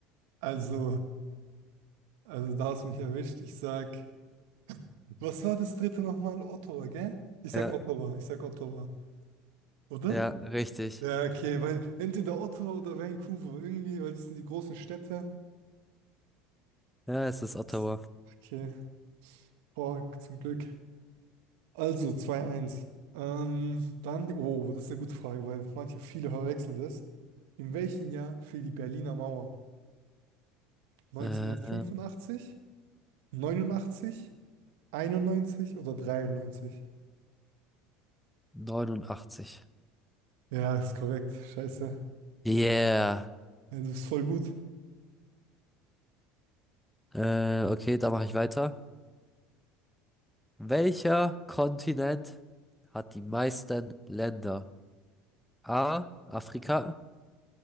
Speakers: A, on the right (about 70°); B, in the centre.
A: Also. Also da hast du mich erwischt. Ich sag, was war das dritte nochmal? Ottawa, gell? Ich sag
B: Ja,
A: Ottawa, ich sag Ottawa. Oder?
B: ja, richtig.
A: Ja, okay, weil entweder Ottawa oder Vancouver, irgendwie, weil das sind die großen Städte.
B: Ja, es ist Ottawa.
A: Das, okay, boah, zum Glück. Also zwei eins. Ähm, dann, oh, das ist eine gute Frage, weil manche, viele verwechseln das. In welchem Jahr fiel die Berliner Mauer? 1985,
B: Äh,
A: 89, 91 oder 93?
B: 89.
A: Ja, ist korrekt. Scheiße.
B: Yeah.
A: Ja, das ist voll gut.
B: Äh, okay, da mache ich weiter. Welcher Kontinent hat die meisten Länder? A. Afrika.